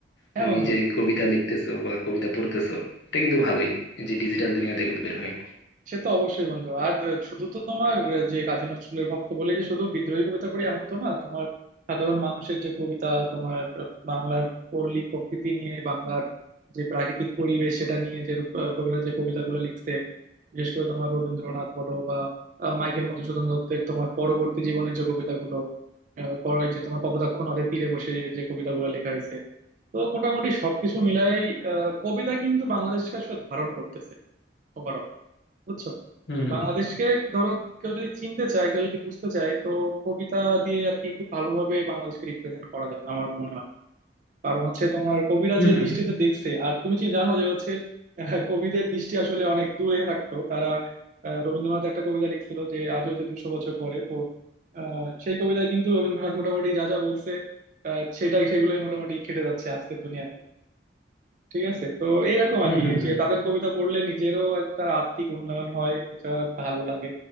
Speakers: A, on the right; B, on the left.
A: হ্যাঁ
B: তুমি
A: বন্ধু
B: যে কবিতা লিখতেছো বা কবিতা পড়তেছো এটা কিন্তু ভালোই এই যে ডিজিটাল দুনিয়া থেকে বের হয়ে
A: সে তো অবশ্যই বন্ধু আর শুধু তো তোমার যে কাজী নজরুলের ভক্ত বলে যে শুধু বিদ্রোহী কবিতা পড়ি এমন তো না তোমার সাধারণ মানুষের যে কবিতা তোমার বাংলার পল্লী প্রকৃতি নিয়ে বাংলার যে প্রাকৃতিক পরিবেশ সেটা নিয়ে যে কবিরা যে কবিতাগুলো লিখছে বিশেষ করে তোমার রবীন্দ্রনাথ বলো বা আহ, মাইকেল মধুসূদন দত্তের তোমার পরবর্তী জীবনের যে কবিতাগুলো আহ, কর- ওই যে তোমার কপোতাক্ষ নদের তীরে বসে যে কবিতাগুলো লেখা হয়েছে তো মোটামুটি সবকিছু মিলাই কবিতা কিন্তু বাংলাদেশকে আসলে ধারণ করতেছে ওভারঅল বুঝছো
B: হুম
A: বাংলাদেশকে
B: হুম
A: ধরো কেউ যদি চিনতে চায় কেউ যদি বুঝতে চায় তো কবিতা দিয়ে আর কি খুব ভালোভাবে বাংলাদেশকে রিপ্রেজেন্ট করা যাবে আমার মনে হয় কারণ হচ্ছে তোমার কবিরা
B: হুম
A: যে
B: হুম
A: দৃষ্টিতে দেখছে আর তুমি কি জানো যে হচ্ছে আহ, কবিদের দৃষ্টি আসলে অনেক দূরে থাকতো তারা আহ, রবীন্দ্রনাথ একটা কবিতা লিখছিল যে আজ হইতে দুশো বছর পরে তো আহ, সেই কবিতায় কিন্তু রবীন্দ্রনাথ মোটামুটি যা যা বলছে আহ, সেটাই সেগুলোই মোটামুটি খেটে যাচ্ছে আজকের দুনিয়াতে ঠিক আছে তো এইরকম
B: হুম
A: আর কি
B: হুম হুম হুম
A: যে তাদের কবিতা পড়লে নিজেরও একটা আত্মিক উন্নয়ন হয় এটা ভালো লাগে